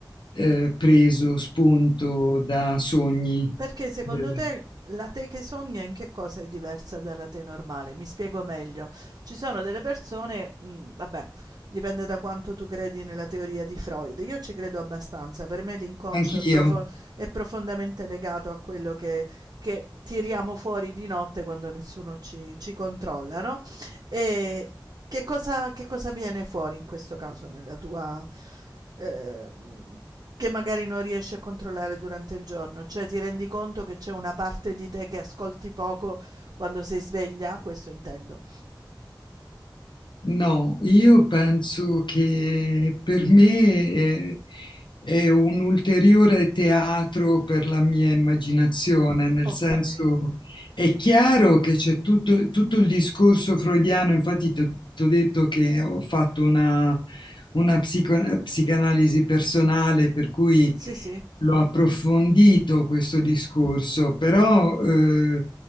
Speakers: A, on the left; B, on the right.
A: eh, preso spunto da sogni,
B: Perché secondo
A: eh,
B: te la te che sogna in che cosa è diversa dalla te normale? Mi spiego meglio. Ci sono delle persone, mm, vabbè, dipende da quanto tu credi nella teoria di Freud. Io ci credo abbastanza, per me l'inconscio
A: anch'io.
B: è, profo- è profondamente legato a quello che, che tiriamo fuori di notte quando nessuno ci, ci controlla, no? E che cosa, che cosa viene fuori in questo caso nella tua... eh, che magari non riesci a controllare durante il giorno, cioè ti rendi conto che c'è una parte di te che ascolti poco quando sei sveglia? Questo intendo.
A: No, io penso che per me è, è un ulteriore teatro per la mia immaginazione, nel
B: Okay,
A: senso è chiaro che c'è tutto, tutto il discorso freudiano, infatti ti ho detto che ho fatto una, una psico- psicanalisi personale, per cui
B: sì, sì.
A: L'ho approfondito questo discorso, però eh,